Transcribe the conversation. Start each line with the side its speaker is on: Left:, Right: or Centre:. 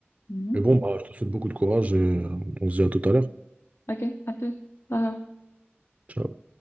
Left: Mhm.
Right: Et bon, bah, je te souhaite beaucoup de courage et euh, on se dit à tout à l'heure.
Left: Ok, à tous. Bye.
Right: Ciao.